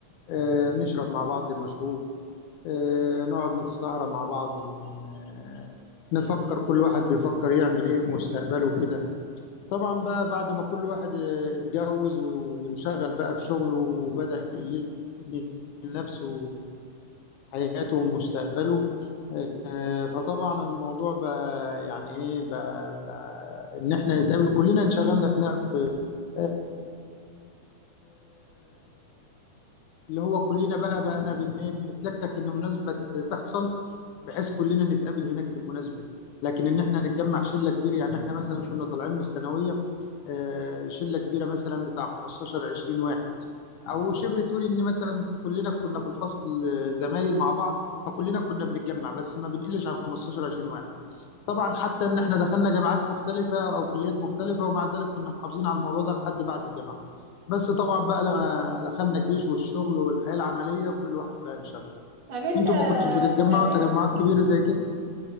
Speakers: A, on the left; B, on the right.
A: آه، نشرب مع بعض مشروب آه، نقعد نسهرة مع بعض ن- آه، نفكر كل واحد بيفكر يعمل ايه في مستقبله وكده طبعا بقى بعد ما كل واحد آه، اتجوز و- وانشغل بقى في شغله وبدأ يبني لنفسه حياته ومستقبله آه، فطبعا الموضوع بقى يعني ايه بقى, بقى ان احنا نتقابل كلنا انشغلنا في آه، اللي هو كلنا بقى بقى بن ايه بنتلكك ان مناسبه تحصل بحيث كلنا نتقابل هناك في المناسبه دي لكن ان احنا نتجمع شله كبيره يعني احنا مثلا كنا طالعين من الثانويه آه، شله كبيره مثلا بتاع 15 20 واحد او شبه تقول ان مثلا كلنا كنا في الفصل آه، زمايل مع بعض فكلنا كنا بنتجمع بس ما بنقلش عن 15 20 واحد طبعا حتى ان احنا دخلنا جامعات مختلفه او كليات مختلفه ومع ذلك كنا محافظين على الموضوع ده لحد بعد الجامعه بس طبعا بقى لما دخلنا الجيش والشغل والحياه العمليه كل واحد بقى انشغل
B: طب انت
A: انتوا ما كنتوش بتتجمعوا
B: طب انت
A: تجمعات كبيره زي كده